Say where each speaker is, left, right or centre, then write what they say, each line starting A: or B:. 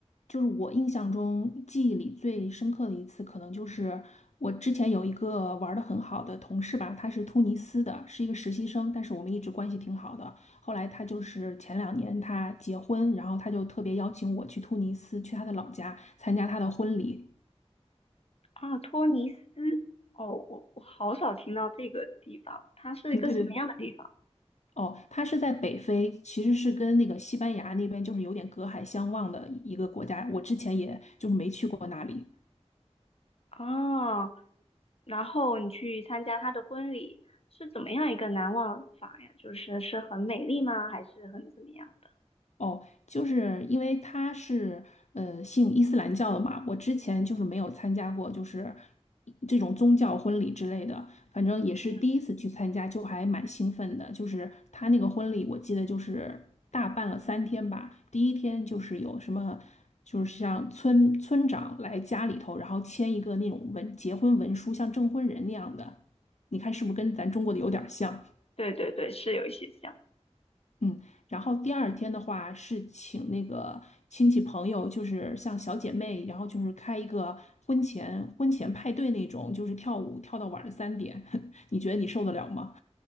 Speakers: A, on the left; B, on the left.
A: 就是我印象中记忆里最深刻的一次，可能就是我之前有一个玩的很好的同事吧，他是突尼斯的，是一个实习生，但是我们一直关系挺好的。后来他就是前两年他结婚，然后他就特别邀请我去突尼斯，去他的老家参加他的婚礼。
B: 啊？托尼斯，哦，我我好少听到这个地方，它是一个什么样的地方
A: <laughs> 对对对哦，他是在北非，其实是跟那个西班牙那边就是有点隔海相望的一个国家，我之前也就是没去过那里。
B: 啊？然后你去参加他的婚礼，是怎么样一个难忘法呀？就是是很美丽吗？还是很怎么样的？
A: 哦，就是因为他是呃信伊斯兰教的嘛，我之前就是没有参加过，就是这种宗教婚礼之类的，反正也是第一次去参加，
B: 嗯，
A: 就还蛮兴奋的。就是他那个婚礼，我记得就是大办了三天吧，第一天就是有什么，就是像村村长来家里头，然后签一个那种文结婚文书，像证婚人那样的，你看是不是跟咱中国的有点儿像？
B: 对对对，是有一些像。
A: 嗯，然后第二天的话是请那个亲戚朋友，就是像小姐妹，然后就是开一个婚前婚前派对那种，就是跳舞跳到晚上三点，<laughs> 你觉得你受得了吗？